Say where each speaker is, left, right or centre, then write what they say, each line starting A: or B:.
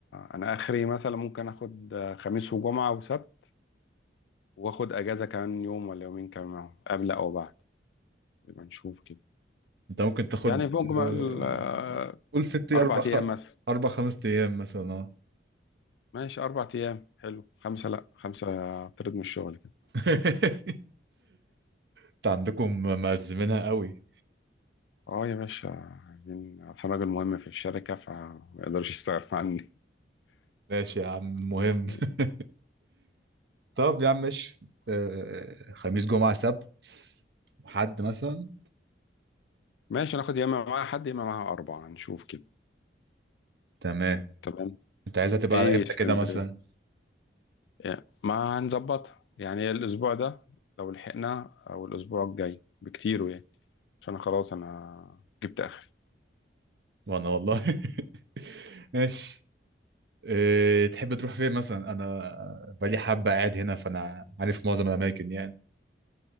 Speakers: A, on the left (about 75°); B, on the right (about 65°).
A: انا اخري مثلا ممكن اخد خميس وجمعة وسبت واخد اجازة كمان يوم ولا يومين كمان معاهم، قبل او بعد يبقى نشوف كده
B: انت ممكن تاخد
A: يعني في مجمل
B: آه،
A: آه،
B: قول ست اربع
A: اربع
B: خ...
A: ايام مثلا
B: اربع خمس ايام مثلا اه
A: ماشي اربع ايام حلو خمسة لا خمسة اطرد من الشغل كده
B: <laughs> انت عندكم مأزمينها قوي
A: اه يا باشا عايزين اصل أنا راجل مهم في الشركة فما يقدرش يستغنى
B: ماشي يا عم المهم <laughs>
A: عني
B: طب يا عم ماشي آه، خميس جمعة سبت حد مثلا
A: ماشي ناخد يا اما معاها حد يا اما معاها اربعه نشوف كده
B: تمام
A: تمام
B: انت عايزها تبقى
A: ايه
B: على امتى
A: اسكندريه
B: كده مثلا
A: يعني ما هنظبطها يعني الاسبوع ده لو لحقنا او الاسبوع الجاي بكتير يعني عشان أنا خلاص انا جبت اخري
B: وانا والله <laughs> ماشي إيه تحب تروح فين مثلا انا بقالي حبة قاعد هنا فانا عارف معظم الاماكن يعني